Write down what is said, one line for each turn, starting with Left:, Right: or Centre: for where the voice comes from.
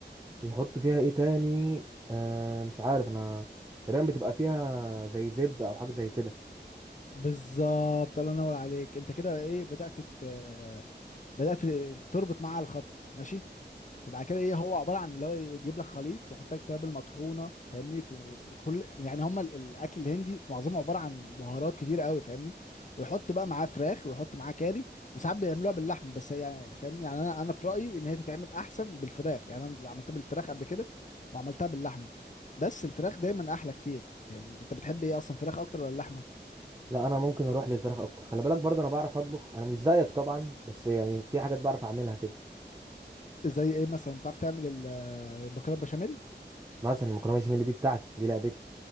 Right: بيحط فيها ايه تاني آه مش عارف انا تقريبا بتبقى فيها زي زبدة او حاجة زي كده
Left: بالظبط الله ينور عليك انت كده ايه بدأت ت- بدأت تربط معاها الخط ماشي بعد كده ايه هو عباره عن اللي هو يجيب لك خليط ويحط لك توابل مطحونه فاهمني في كل يعني هم ال- الاكل الهندي معظمه عباره عن بهارات كتير قوي فاهمني ويحط بقى معاه فراخ ويحط معاه كاري وساعات بيعملوها باللحم بس هي يعني فاهمني يعني انا انا في رايي ان هي تتعمل احسن بالفراخ يعني انا عملتها بالفراخ قبل كده وعملتها باللحمه بس الفراخ دايما احلى كتير يعني انت بتحب ايه اصلا فراخ اكتر ولا اللحمه
Right: لا انا ممكن اروح للفراخ اكتر خلي بالك برضه انا بعرف اطبخ انا مش زيك طبعا بس يعني في حاجات بعرف اعملها كده
Left: زي ايه مثلا بتعرف تعمل ال- البكره بشاميل
Right: مثلا المكرونة بشاميل دي بتاعتي دي لعبتي